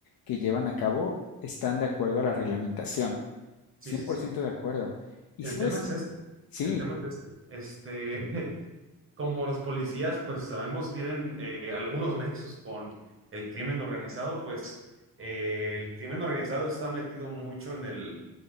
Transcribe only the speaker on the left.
que llevan a cabo están de acuerdo a la reglamentación.
cien
por
ciento de acuerdo. Y
sabes,
sí,